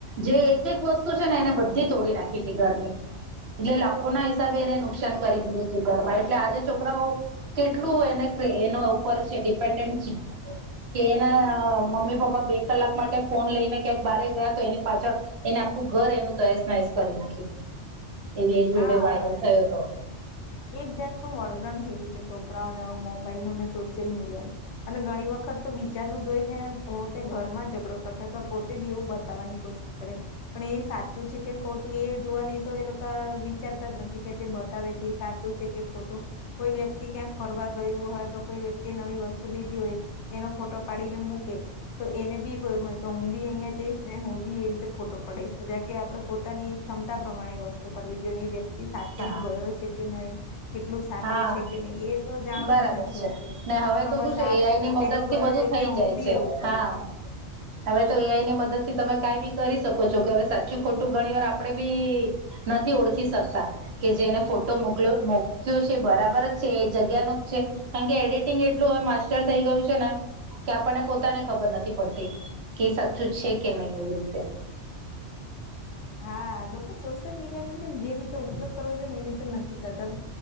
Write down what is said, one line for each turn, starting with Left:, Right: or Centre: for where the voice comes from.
Right: જે એક એક વસ્તુ છે ને એને બધી તોડી નાખી હતી ઘરની. એટલે લાખો ના હિસાબે એને નુકસાન કરી દીધું હતું ઘરમાં. એટલે આજે છોકરાઓ કેટલું એને એનો ઉપર છે ડિપેન્ડન્ટ છે. કે એના મમ્મી પપ્પા બે કલાક માટે ફોન લઈને ક્યાંક બાર ગયા તો એની પાછળ એને આખું ઘર એનું તયસ નાયસ કરી નાખ્યું હતું. એવી એક વિડીયો
Left: હાય.
Right: વાયરલ થયો હતો
Left: એક જાતનું વળગણ થઈ ગયું છે છોકરાઓને મોબાઈલ નું ને સોશિયલ મીડિયાનું. અને ઘણી વખત તો બીજા ન જોઈ ને પોતે ઘર માં ઝઘડો કરશે તો પોતે બી એવું બતાવવાની કોશિ કરે પણ એ સાચું છે કે ખોટું એ જોવા નહ તો એ લોકો વિચારતા જ નથી કે જે બતાવે છે એ સાચું છે કે ખોટું. કોઈ વ્યક્તિ ક્યાંક ફરવા ગયું હોય તો કોઈ વ્યક્તિ નવી વસ્તુ લીધી હોય એનો ફોટો પાડીને મૂકે. તો એને બી હું બી અહિયાં જઈશ ને હું બી એવી રીતે ફોટો પડડીશ કે આપણે પોતે પોતાની ક્ષમતા પ્રમાણે વસ્તુ કરવી જોઈએ એ વ્યક્તિ સાચેમાં
Right: હા
Left: ગયો છે કે નહીં કેટલું સાચું
Right: હા
Left: છે કે નહી એ તો જાણવું
Right: બરાબર
Left: જ નથી
Right: છે
Left: હોતું
Right: ને હવે
Left: પણ
Right: તો
Left: બસ
Right: શું છે
Left: આ
Right: એઆઈ ની મદદ
Left: પેલો
Right: થી
Left: ગયો.
Right: બધું
Left: એટલે
Right: થઈ
Left: હું
Right: જાય
Left: બી
Right: છે
Left: એવું કરું.
Right: હા હવે તો એઆઈ ની મદદ થી તમે કઈ બી કરી શકો છો કે હવે સાચું ખોટું ઘણી વાર આપડે બી નથી ઓળખી શકતા કે જેને ફોટો મોકલો. કયો છે એ બરાબર જ છે એ જગ્યાનું જ છે કારણ કે એડિટિંગ એટલું હવે માસ્ટર થઈ ગયું છે ને કે આપણને પોતાને ખબર નથી પડતી કે સાચું છે કે નહી એવી રીતે.
Left: હા લોકો સોશિયલ મીડિયાનો પણ જે રીતે ઉપયોગ કરવો છે ને એ રીતે નથી કરતા?